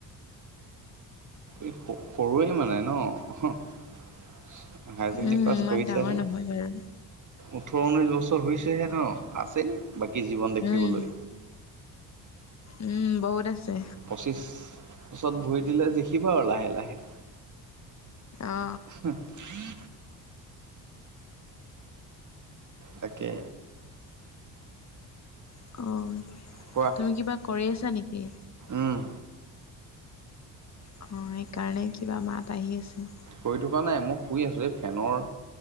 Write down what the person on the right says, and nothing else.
এই সৰুৱেই মানে ন হাই ছেকেণ্ডৰী
পাছ
কৰিছাহে
ওঠৰ ঊনৈছ বছৰ হৈছেহে ন আছেই বাকী জীৱন দেখিবলৈ
পঁচিছত ভৰি দিলে জিকিভ আৰু লাহে লাহে
<unintelligible> তাকে
কোৱা
উম
কৰি থকা নাই মই শুই আছোঁ এই ফেনৰ